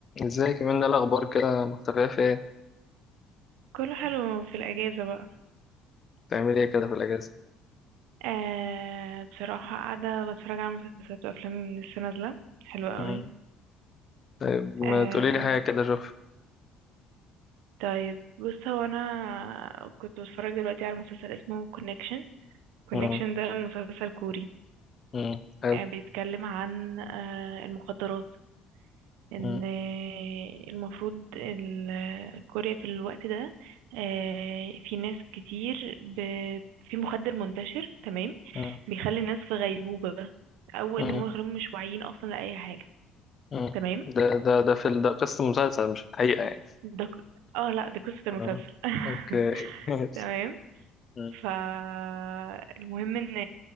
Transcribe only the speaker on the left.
ازاي كمان ده الاخبار كده مختفيه في ايه
بتعملي ايه كده في الاجازه
مم.
طيب ما
تقولي لي حاجه كده اشوف
مم.
مم. حلو
مم.
مم.
مم.
مم.
ده ده ده في ال- ده قصه مسلسل مش الحقيقه يعني
اه
اوكي <laughs> ماشي.
مم.